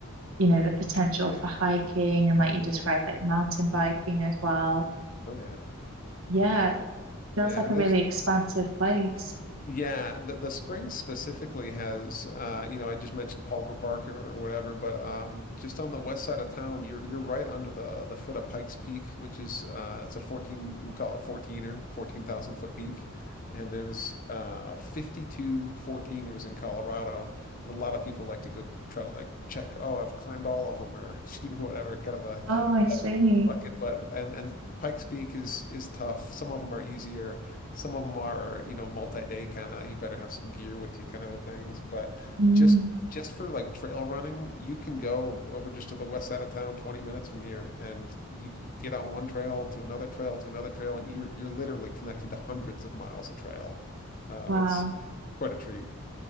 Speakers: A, on the right; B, on the left.
A: you know, the potential for hiking and like you described, like mountain biking as well.
B: Oh yeah.
A: Yeah, it
B: Yeah.
A: feels
B: Yeah,
A: like
B: and
A: a really
B: there's
A: expansive place.
B: yeah, the, the spring specifically has uh, you know, I just mentioned Palmer Park or, or whatever, but um just on the west side of town, you're you're right under the the foot of Pikes Peak, which is uh it's a 14 we call it 14er, 14,000 foot peak. And there's uh 52 fourteeners in Colorado, and a lot of people like to go try to like check, oh, I've climbed all of them or <laughs> whatever, kind of a
A: Oh, I see.
B: Like, but and and Pikes Peak is is tough. Some of them are easier. Some of them are, you know, multi-day kind of. You better have some gear with you, kind of a things. But
A: Mm,
B: just just for like trail running, you can go over just to the west side of town, 20 minutes from here, and you get on one trail to another trail to another trail, and you're you're literally connecting to hundreds of miles of trail. Um,
A: wow.
B: it's quite a treat.